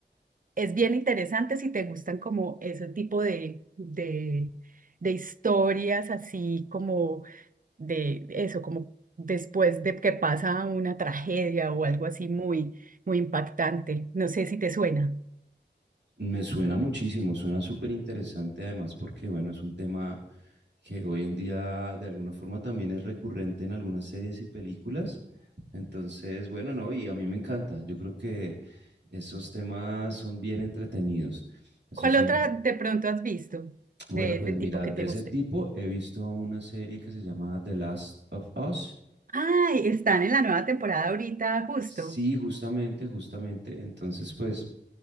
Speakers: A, on the right (about 45°); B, on the right (about 70°).
A: es bien interesante si te gustan como ese tipo de, de, de historias, así como de eso, como después de que pasa una tragedia o algo así muy, muy impactante. No sé si te suena.
B: Me suena muchísimo, suena súper interesante además porque, bueno, es un tema que hoy en día de alguna forma también es recurrente en algunas series y películas. Entonces, bueno, no, y a mí me encanta. Yo creo que esos temas son bien entretenidos. Esos
A: ¿Cuál
B: son,
A: otra de pronto has visto
B: bueno,
A: de
B: pues
A: este tipo
B: mira,
A: que
B: de
A: te
B: ese
A: guste?
B: tipo he visto una serie que se llama The Last of Us.
A: Ay, están en la nueva temporada ahorita, justo.
B: Sí, justamente, justamente. Entonces, pues